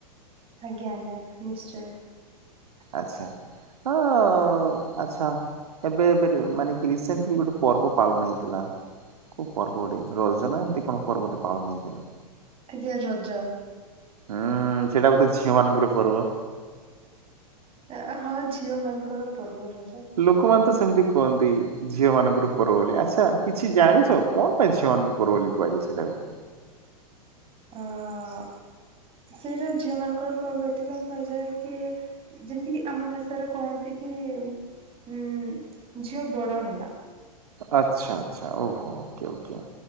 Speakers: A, on the right; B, on the right.
A: ଆଜ୍ଞା ଆଜ୍ଞା ନିଶ୍ଚୟ।
B: ଆଛା ଓଁ ଆଚ୍ଛା। ଏବେ ଏବେରେ ମାନେ କି ରିସେଣ୍ଟଲି ଗୋଟେ ପର୍ବ ପାଳନ ହେଇଥିଲା। କୋଉ ପର୍ବଗୋଟେ ରଜ ନା ଏମିତି କଣ ପର୍ବଟେ ପାଳନ ହେଇଥିଲା।
A: ଆଜ୍ଞା ରଜ।
B: ହୁଁ ସେଇଟା ବୋଧେ ଝିଅମାନଙ୍କର ପର୍ବ।
A: ଆ ହଁ ଝିଅ ମାନଙ୍କର ପର୍ବ ରଜ।
B: ଲୋକମାନେ ତ ସେମିତି କୁହନ୍ତି ଝିଅ ମାନଙ୍କର ପର୍ବ ବୋଲି ଆଚ୍ଛା କିଛି ଜାଣିଛ କଣ ପାଇଁ ଝିଅମାନଙ୍କୁ ପର୍ବ ବୋଲି କୁହାଯଏ ସେଇଟାକୁ?
A: ହଁ ସେଇଟା ଝିଅ ମାନଙ୍କର ପର୍ବ ଏଥିପାଇଁ କୁହାଯାଏ କି? ଯେମତିକି ଆମ ଭାଷାରେ କହନ୍ତି କି ଉଁ ଝିଅ ବଡ ହେଲା।
B: ଆଚ୍ଛା ଆଚ୍ଛା ଓହୋ ଓକେ ଓକେ।